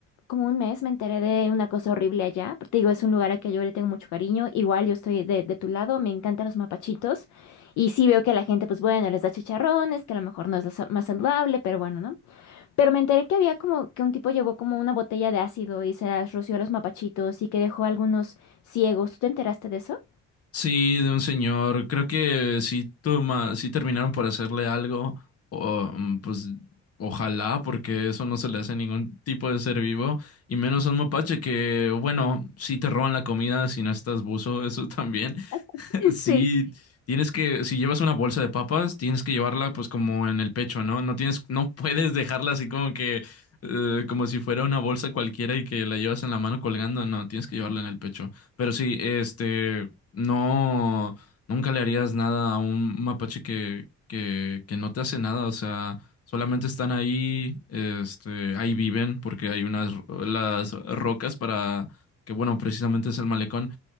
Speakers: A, on the left (about 70°); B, on the left (about 50°).
A: como un mes me enteré de una cosa horrible allá. Te digo, es un lugar a que yo le tengo mucho cariño. Igual yo estoy de, de tu lado, me encantan los mapachitos. Y sí veo que la gente pues bueno, les da chicharrones, que a lo mejor no es lo sa- más saludable, pero bueno, ¿no? Pero me enteré que había como que un tipo llevó como una botella de ácido y se las roció a los mapachitos y que dejó a algunos ciegos. ¿Tú te enteraste de eso?
B: Sí, de un señor. Creo que sí, toma, sí terminaron por hacerle algo. O, mm, pues ojalá, porque eso no se le hace a ningún tipo de ser vivo. Y menos a un mapache que, bueno, sí te roban la comida si no estás buzo, eso <laughs> también.
A: <laughs>
B: <laughs> Sí,
A: Sí,
B: tienes que, si llevas una bolsa de papas, tienes que llevarla pues como en el pecho, ¿no? No tienes, no <laughs> puedes dejarla así como que, eh, como si fuera una bolsa cualquiera y que la llevas en la mano colgando, no, tienes que llevarla en el pecho. Pero sí, este, no, nunca le harías nada a un mapache que, que, que no te hace nada, o sea, solamente están ahí, este, ahí viven porque hay unas, ro- las rocas para, que bueno, precisamente es el malecón